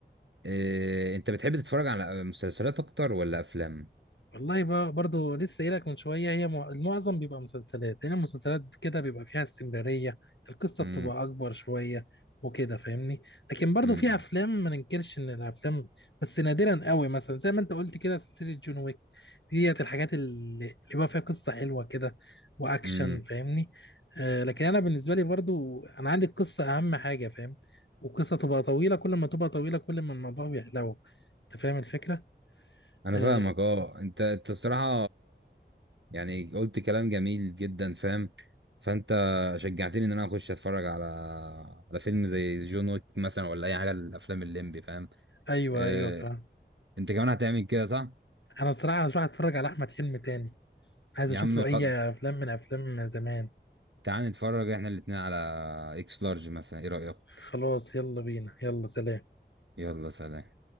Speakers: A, on the right; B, on the left.
A: إيه، انت بتحب تتفرج على مسلسلات اكتر ولا افلام
B: والله بقى برضو لسه قايلك من شويه هي مع- المعظم بيبقى مسلسلات لان المسلسلات كده بيبقى فيها استمراريه القصه
A: امم
B: بتبقى اكبر شويه وكده فاهمني لكن برضو
A: امم
B: في افلام ما ننكرش ان الافلام بس نادرا قوي مثلا زي ما انت قلت كده سلسله جون ويك ديت الحاجات اللي اللي بقى فيها قصة حلوة كده وأكشن
A: امم
B: فاهمني آه لكن أنا بالنسبة لي برضو أنا عندي القصة أهم حاجة فاهم والقصة تبقى طويلة كل ما تبقى طويلة كل ما الموضوع بيحلو أنت فاهم الفكرة؟
A: انا
B: آه
A: فاهمك اه انت انت الصراحه يعني قلت كلام جميل جدا فاهم فانت شجعتني ان انا اخش اتفرج على على فيلم زي جون ويك مثلا ولا اي حاجه الافلام الليمبي فاهم
B: أيوه
A: اه
B: أيوه فاهم
A: انت كمان هتعمل كده صح
B: أنا الصراحة هروح أتفرج على أحمد حلمي تاني عايز
A: يا
B: أشوف
A: عم
B: له أي
A: خلاص
B: أفلام من أفلام زمان
A: تعال نتفرج احنا الاتنين على اكس لارج مثلا ايه رايك
B: خلاص يلا بينا يلا سلام
A: يلا سلام